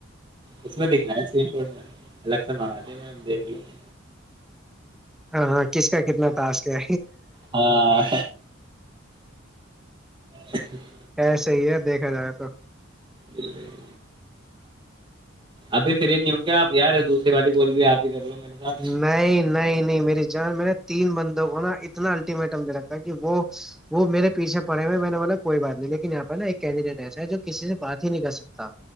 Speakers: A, on the right (about 25°); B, in the centre.
A: اس میں دکھنا ہے اسکری شاٹ میں الگ سے منگا د میں دیکھ لوں <unintelligible>
B: ہاں ہاں کس کا کتنا ٹاس کیا
A: ہاں اچ <unintelligible>
B: ای صحی ہے دیکھا جائے تو
A: جال گل ج ابھی فری نہیں ہ ہووں کیا آپ یار دوسری والی بول بھی آپ ہی کر لو میرے ساتھ
B: نہیں نہیں نہیں نہیں میری جان میں نے تین بندوں کو نا اتنا الٹیمیٹم دے رکھا ہے کہ وہ وہ میرے پیھے پڑے ہوئے میں نے بولا کوئی بات نہیں لیکن یہاں پہ نا ایک کینڈیڈیٹ ایسا ہے جو کسی سے بات ہی نہیں کر سکتا